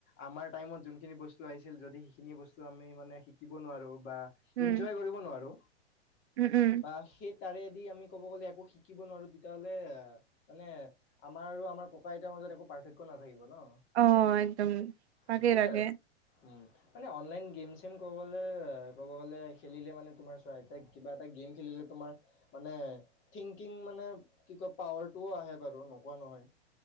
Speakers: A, on the left; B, on the right.
A: আমাৰ টাইমত যোনখিনি বস্তু আহিছিল যদি সেইখিনি বস্তু আমি মানে শিকিব নোৱাৰোঁ বা
B: উম
A: ইনজয় কৰিব নোৱাৰোঁ
B: উম উম
A: বা সেই তাৰেদি আমি ক'ব গ'লে একো শিকিব নোৱাৰোঁ তেতিয়া হ'লে মানে, মানে আমাৰ আৰু আমাৰ ককা - আইতাৰ মাজত একো পাৰ্থক্য নাথাকিব ন।
B: অঁ একদম তাকে
A: সেইটোয়ে
B: তাকে।
A: আৰু উম, মানে অনলাইন গেম চেম ক'ব গ'লে ক'ব গ'লে খেলিলে মানে তোমাৰ চোৱা এতিয়া কিবা এটা গেম খেলিলে তোমাৰ মানে থিংকিং মানে কি কয় পাৱাৰটোও আহে বাৰু নোকোৱা নহয়।